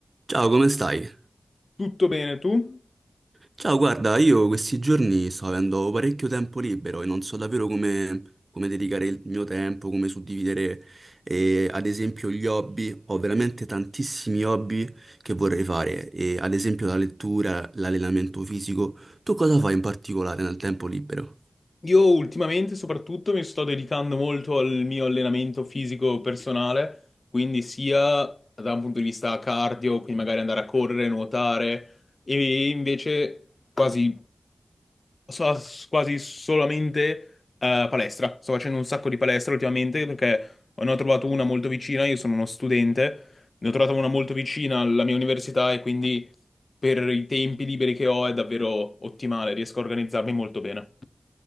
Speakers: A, on the right; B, on the left.
A: Ciao, come stai?
B: Tutto bene, tu?
A: Ciao, guarda, io questi giorni sto avendo parecchio tempo libero e non so davvero come, come dedicare il mio tempo, come suddividere, eh, ad esempio, gli hobby. Ho veramente tantissimi hobby che vorrei fare, e, ad esempio la lettura, l'allenamento fisico. Tu cosa fai in particolare nel tempo libero?
B: Io ultimamente soprattutto mi sto dedicando molto al mio allenamento fisico personale, quindi sia da un punto di vista cardio, quindi magari andare a correre, nuotare, e invece quasi So quasi solamente eh, palestra. Sto facendo un sacco di palestra ultimamente perché ne ho trovato una molto vicina. Io sono uno studente, ne ho trovata una molto vicina alla mia università e quindi per i tempi liberi che ho è davvero ottimale. Riesco a organizzarmi molto bene.